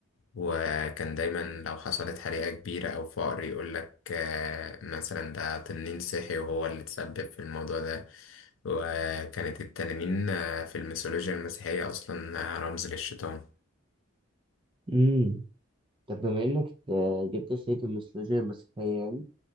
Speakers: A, on the left (about 70°); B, on the right (about 25°).
A: وكان دايما لو حصلت حريقة كبيرة او فقر يقول لك آه، مثلا ده تنين صحي وهو اللي تسبب في الموضوع ده وكانت التنانين آه، في الميثولوجيا المسيحية اصلا آه، رمز للشيطان
B: مم. طب بما إنك آه، جبت سيرة الميثولوجيا المسيحية يعني